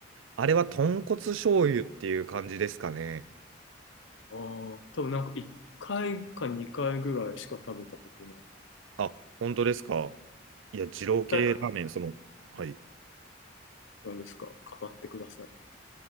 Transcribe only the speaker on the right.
あれは豚骨醤油っていう感じですかね。
あ、本当ですか。いや、二郎系ラーメン、
その、はい。